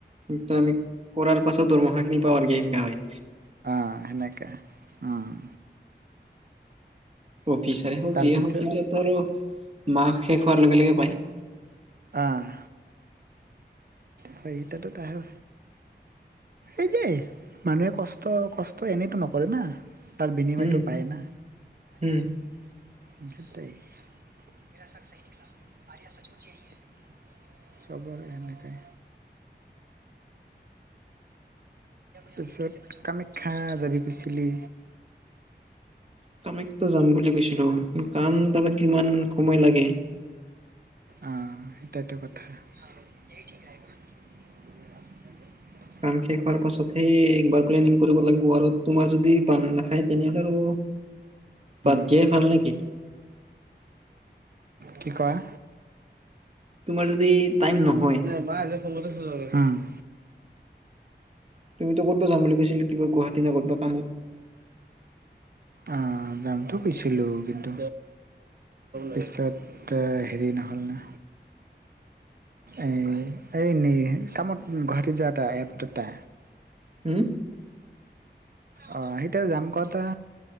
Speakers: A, on the right; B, on the right.
A: কিন্তু আমি কৰাৰ পাছত দৰমহাখিনি পাৱা গ'লে হেনকা হয়।
B: অ' সেনেকে। অ'
A: অফিচাৰে হওঁক
B: তাৰপিছত
A: যিয়ে হওঁক সেইবিলাকো আৰু মাহ শেষ হোৱাৰ লগে লগে পায়।
B: অ'। হয়কেইটাতো তাহে এই যেই মানুহে কষ্ট, কষ্ট এনেইতো নকৰে না। তাৰ বিনিময়টো
A: উম
B: পায় না, সেইটাই।
A: উম।
B: মেৰা শক চি নিকল আৰয়া সচমুজ এইি হ <unintelligible> চবৰে হেনেকাই। তাৰপিছত কামাখ্যা যাবি কৈছিলি?
A: কামাখ্য যাম বুলি কৈছিলো, কিন্তু কাম তাপা কিমান সময় লাগে।
B: অঁ, সেইটতো কথা। এই ঠিক। <unintelligible>
A: কাম শেষ হোৱাৰ পাছতহে একবাৰ প্লেনিং কৰিব লাগিব। আৰু তোমাৰ যদি বানদা খাই তেনেহ'লে আৰু
B: উম
A: বাদ দিয়াই ভাল নেকি?
B: কি কয়?
A: তোমাৰ যদি টাইম নহয়।
B: উম।
A: তুমিটো ক'তবা যাম বুলি কৈছিল কিবা গুৱাহাটী নে ক'তবা কামত?
B: অ', যামতো কৈছিলো কিন্তু পিছত তে হৰি নহ'লনা এ, এ, নি কামত গুৱাহাটীত যোৱা এটা এয়াৰপৰ্টটা
A: হুম।
B: অ', সেইটোয়া যাম কতে